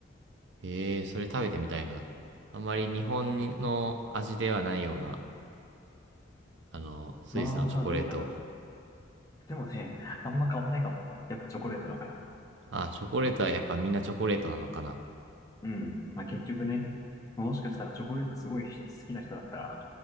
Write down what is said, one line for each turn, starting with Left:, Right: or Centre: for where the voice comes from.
Right: へえ、それ食べてみたいな。あんまり日本の味ではないような、あの、スイスのチョコレート。
Left: まあ、どうだろう。でもね、あんま変わんないかも。やっぱチョコレートだから。
Right: あ、チョコレートはやっぱみんなチョコレートなのかな。
Left: うん。まあ結局ね、もしかしたらチョコレートすごい好きな人だったら、